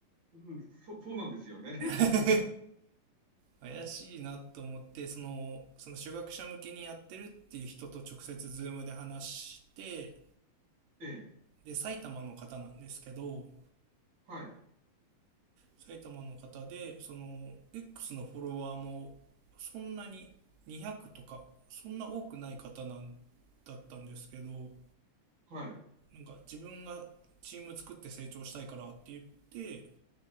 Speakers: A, on the right; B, on the right.
A: うん、そそうなんですよね。<laughs>
B: <laughs>。怪しいなと思って、その、その初学者向けにやってるっていう人と直接ズームで話して、
A: ええ。
B: で、埼玉の方なんですけど、
A: はい、
B: 埼玉の方で、その、X のフォロワーもそんなに200とか、そんな多くない方なんだったんですけど、
A: はい。
B: なんか自分がチーム作って成長したいからって言って、